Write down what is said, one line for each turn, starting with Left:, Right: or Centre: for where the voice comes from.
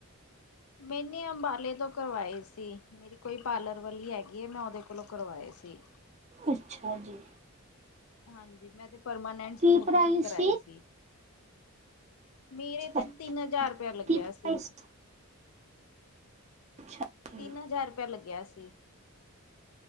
Left: ਮੈਨੇ ਅੰਬਾਲੇ ਤੋਂ ਕਰਵਾਏ ਸੀ। ਮੇਰੀ ਕੋਈ ਪਾਰਲਰ ਵਾਲੀ ਹੈਗੀ ਹੇ। ਮੈਂ ਉਹਦੇ ਕੋਲੋਂ ਕਰਵਾਏ ਸੀ।
Right: ਅੱਛਾ ਜੀ।
Left: ਹਾਂਜੀ ਮੈਂ ਤੇ ਪਰਮਾਨੈਂਟ
Right: ਕੀ
Left: ਸਮੂਥਨਿੰਗ
Right: ਪ੍ਰਾਈਸ
Left: ਕਰਾਈ ਸੀ। ਮੇਰੇ ਤੇ
Right: ਕੀ
Left: ਤਿੰਨ ਹਜ਼ਾਰ ਰੁਪਇਆ ਲੱਗਿਆ
Right: ਪ੍ਰਾਈਸ
Left: ਸੀ।
Right: ਅੱਛਾ ਜੀ
Left: ਤਿੰਨ ਹਜ਼ਾਰ ਰੁਪਆ ਲੱਗਿਆ ਸੀ